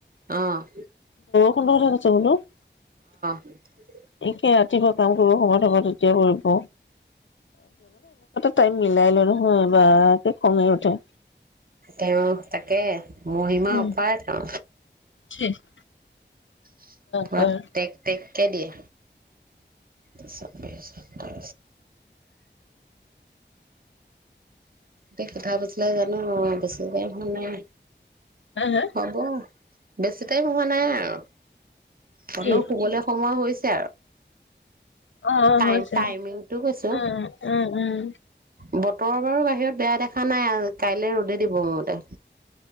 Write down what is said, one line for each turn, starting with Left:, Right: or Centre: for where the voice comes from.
Right: অ'।
Left: <unintelligible> <unintelligible>
Right: <unintelligible>
Left: একে ৰাতিপুৱা কাম কৰিব সময় হ'ব তেতিয়া কৰিব তাই মিলাই লয় নহয় বা কম তোক।
Right: তেওঁ তাকে। মহিমা
Left: উম
Right: অপাৰ টো।
Left: ছেহ
Right: <unintelligible>
Left: হা
Right: কে দিয়ে, এতিয়া কেইটা বাজিলে জানো বেছি টাইম হোৱা নাই।
Left: হা
Right: হব। বেছি টাইম হোৱা নাই আৰু। হ'লেও
Left: কি
Right: শুবলে সময় হৈছে। <unintelligible>
Left: অ' অ'
Right: টাইম
Left: হৈছে
Right: টাইমিংটো কৈছো
Left: উম, উম উম।
Right: বতৰ বাৰু বাহিৰত বেয়া দেখা নাই আৰু কাইলে ৰদে দিব মোৰ মতে।